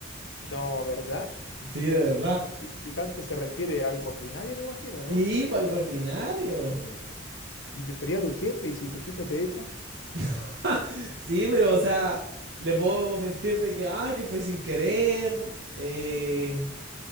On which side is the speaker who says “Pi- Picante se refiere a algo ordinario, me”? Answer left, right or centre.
Left